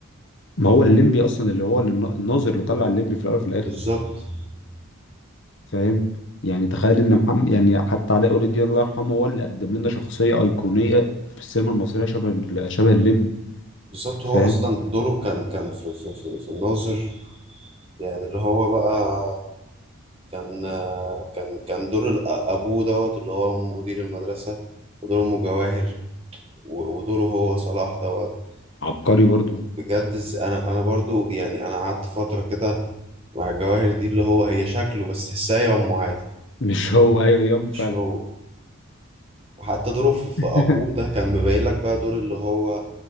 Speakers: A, on the left (about 55°); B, on the right (about 25°).
A: ما هو الليمبي أصلا اللي هو اللي النا- الناظر اللي طلع الليمبي في الأول وفي الآخر
B: بالظبط
A: فاهم يعني تخيل ان محمد يعني حتى علاء ولي الدين الله يرحمه هو اللي قدم لنا شخصيه ايقونيه في السينما المصريه شبه ال- شبه الليمبي
B: بالظبط
A: فاهم
B: هو أصلا دوره كان كان في في في, في الناظر يعني اللي هو بقى كان كان كان دور الأ- أبوه دوت اللي هو مدير المدرسة ودور أمه جواهر و- ودوره هو صلاح دوت
A: عبقري
B: ب-
A: برضو
B: بجد إز- أنا أنا برضو يعني أنا قعدت فترة كده مع جواهر دي اللي هو هي شكله بس تحسها أمه عادي
A: <laughs> مش هو ايوه يوم فعلا
B: مش هو وحتى دوره في في
A: <laughs>
B: أبوه ده كان مبين لك بقى دور اللي هو